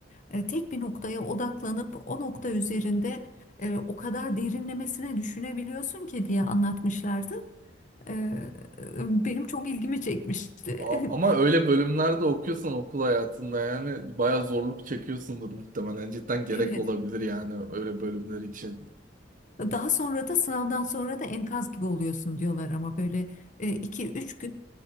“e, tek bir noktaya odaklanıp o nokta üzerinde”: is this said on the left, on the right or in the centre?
Left